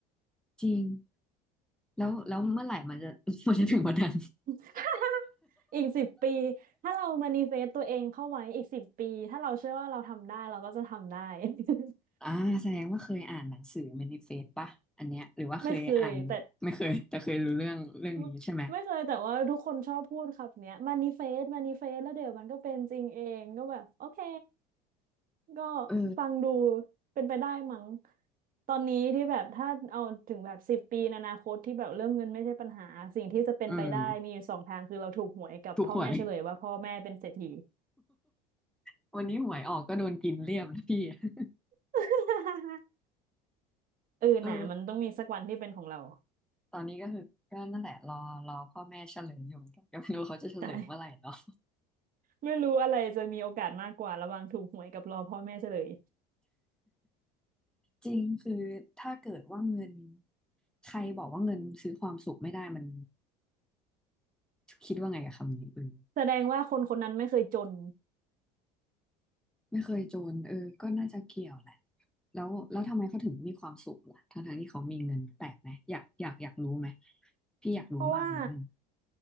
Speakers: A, in the centre; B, on the right.
A: จริงแล้วแล้วเมื่อไหร่มันจะ <laughs> มันจะถึงวันนั้น
B: <laughs> อีกสิบปีถ้าเรามานิเฟสตัวเองเข้าไว้อีกสิบปีถ้าเราเชื่อว่าเราทำได้เราก็จะทำได้ <laughs>
A: อ่าแสดงว่าเคยอ่านหนังสือ Manifest ป่ะอันเนี้ยหรือว่าเคยอ่าน
B: ไม่เคยแต่
A: ไม่เคย <laughs> แต่เคยรู้เรื่องเรื่องนี้ใช่ไหม
B: <laughs> ไม่ไม่เคยแต่ว่าทุกคนชอบพูดครับเนี้ยมานิเฟสมานิเฟสแล้วเดี๋ยวมันก็เป็นจริงเองก็แบบโอเค ก็
A: เออ
B: ฟังดูเป็นไปได้มั้งตอนนี้ที่แบบถ้าเอาถึงแบบสิบปีในอนาคตที่แบบเรื่องเงินไม่ใช่ปัญหาสิ่งที่จะเป็นไปได้มีอยู่สองทางคือเราถูกหวยกับพ่อแม่เฉลยว่าพ่อแม่เป็นเศรษฐี
A: อืมถูกหวย <laughs> วันนี้หวยออกก็โดนกินเรียบเลยพี่ <laughs>
B: <laughs> เออน่ะมันต้องมีสักวันที่เป็นของเรา
A: เออตอนนี้ก็คือก็นั่นแหละรอรอพ่อแม่เฉลยอยู่เหมือนกัน <laughs> ก็ไม่รู้เขาจะเฉลยเมื่อไหร่เนาะ
B: <laughs> ใช่ไม่รู้อะไรจะมีโอกาสมากกว่าระหว่างถูกหวยกับรอพ่อแม่เฉลย
A: จริงคือถ้าเกิดว่าเงินใครบอกว่าเงินซื้อความสุขไม่ได้มันคิดว่าไงกับคำนี้อืม
B: แสดงว่าคนคนนั้นไม่เคยจน
A: ไม่เคยจนเออก็น่าจะเกี่ยวแหละ แล้วแล้วทำไมเขาถึงมีความสุขล่ะทั้งทที่เขามีเงินแปลกไหมอยากอยากอยากรู้ไหมพี่อยากรู้มากเลยเรื่อง
B: เพราะว่า